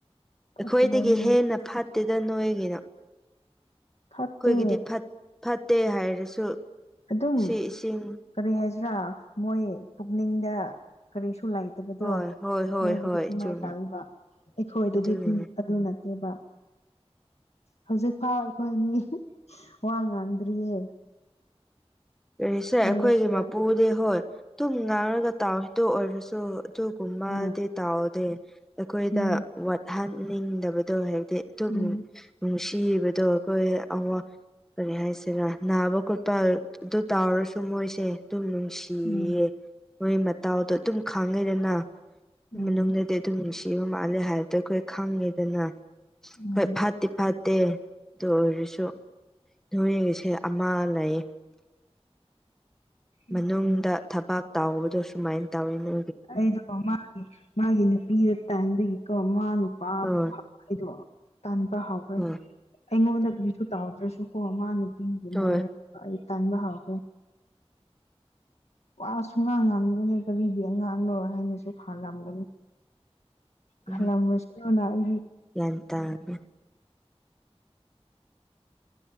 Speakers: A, on the left (about 80°); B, in the centre.
A: ꯐꯠꯇꯕꯅꯤ
B: ꯑꯩꯈꯣꯏꯗꯒꯤ ꯍꯦꯟꯅ ꯐꯠꯇꯦꯗ ꯅꯣꯏꯒꯤꯅ ꯑꯩꯈꯣꯏꯒꯤꯗꯤ
A: ꯐꯠꯇꯦ
B: ꯐꯠꯇꯦ ꯍꯥꯏꯔꯁꯨ
A: ꯑꯗꯨꯝ
B: ꯁꯤ ꯏꯁꯤꯡ
A: ꯀꯔꯤ ꯍꯥꯏꯁꯤ꯭ꯔꯥ ꯃꯣꯏ ꯄꯨꯛꯅꯤꯡꯗ ꯀꯔꯤꯁꯨ ꯂꯩꯥꯏ ꯅꯠꯇꯕꯗꯣ
B: ꯍꯣꯏ ꯍꯣꯏ ꯍꯣꯏ
A: ꯅꯣꯏꯒꯤꯗꯤ
B: ꯍꯣꯏ
A: ꯅꯨꯡꯉꯥꯏ
B: ꯆꯨꯝꯃꯤ
A: ꯇꯥꯕ ꯑꯩꯈꯣꯏꯗꯨꯗꯤ
B: ꯑꯗꯨꯅꯤꯅꯦ
A: ꯑꯗꯨ ꯑꯗꯨ ꯅꯠꯇꯦꯕ ꯍꯧꯖꯤꯛꯐꯥꯎ ꯑꯩꯈꯣꯏꯅꯤ ꯋꯥ ꯉꯥꯡꯗ꯭ꯔꯤꯌꯦ
B: ꯀꯔꯤ ꯁꯦ ꯑꯩꯈꯣꯏꯒꯤ
A: ꯎꯔꯁꯨ
B: ꯃꯄꯨꯗꯤ ꯍꯣꯏ ꯑꯗꯨꯨꯝ ꯉꯥꯡꯉꯒ ꯇꯥꯎꯔꯤꯗ ꯑꯣꯏꯔꯁꯨ ꯑꯗꯨꯨꯨꯝꯕꯗꯤ
A: ꯎꯝ
B: ꯇꯥꯎꯗꯦ ꯑꯩꯈꯣꯏꯗ
A: ꯎꯝ
B: ꯋꯥꯠꯍꯟꯅꯤꯡꯗꯕꯗꯣ ꯍꯦꯛ ꯑꯗꯨ
A: ꯎꯝ
B: ꯎꯝ ꯁꯤꯕꯗꯣ ꯑꯩꯈꯣꯏꯋꯥ ꯀꯔꯤ ꯍꯥꯏꯁꯤꯔꯥ ꯅꯥꯕ ꯈꯣꯠꯄ ꯑꯗꯨ ꯇꯥꯎꯔꯁꯨ ꯃꯣꯏꯁꯦ ꯑꯗꯨꯝ ꯅꯨꯡꯁꯤꯌꯦ
A: ꯎꯝ
B: ꯃꯣꯏ ꯃꯇꯥꯎꯗꯣ ꯑꯗꯨꯝ ꯈꯥꯡꯉꯩꯗꯅ
A: ꯎꯝ
B: ꯃꯅꯨꯡꯗꯗꯤ ꯑꯗꯨꯝ ꯅꯨꯡꯁꯤꯕ ꯃꯥꯜꯂꯦ ꯍꯥꯏꯕꯗꯣ ꯑꯩꯈꯣꯏ ꯈꯪꯉꯦꯗꯅ
A: ꯎꯝ
B: ꯍꯣꯏ ꯐꯠꯇꯦ ꯐꯠꯇꯦ ꯑꯗꯨ ꯑꯣꯏꯔꯁꯨ ꯅꯣꯏꯁꯦ ꯑꯃ ꯂꯩ
A: ꯑꯗꯨꯅꯦ
B: ꯃꯅꯨꯡꯗ ꯊꯕꯥꯛ ꯇꯥꯎꯕꯗꯣ ꯁꯨꯃꯥꯏꯅ ꯇꯧꯋꯤꯅ
A: ꯑꯩꯗꯣ ꯃꯥꯒꯤ ꯃꯥꯒꯤ ꯅꯨꯄꯤꯗ ꯇꯟꯕꯒꯤꯀꯣ ꯃꯥ ꯅꯨꯄꯥ
B: ꯍꯣꯏ
A: ꯑꯩꯗꯣ ꯇꯟꯥꯟꯕ ꯍꯥꯎꯈ꯭ꯔꯦ
B: ꯍꯣꯏ
A: ꯑꯩꯉꯣꯟꯗ ꯀꯔꯤꯁꯨ ꯇꯥꯎꯗ꯭ꯔꯁꯨ ꯀꯣ ꯃꯥꯅ ꯄꯒꯤ
B: ꯍꯣꯏ
A: ꯃꯑꯣꯡ ꯑꯩ ꯇꯥꯟꯕ ꯍꯥꯎꯈ꯭ꯔꯦ ꯋꯥꯁꯨꯨꯡ ꯉꯥꯡ ꯉꯥꯡꯂꯤꯕꯅꯦ ꯀꯔꯤꯒꯤ ꯑꯉꯥꯡꯅꯣꯏ ꯍꯥꯏꯅꯁꯨ ꯐꯜꯂꯝꯒꯅꯤ
B: ꯎꯝ
A: ꯈꯕꯁꯤꯅ ꯏ
B: ꯒ꯭ꯌꯥꯟ ꯇꯥꯔꯦ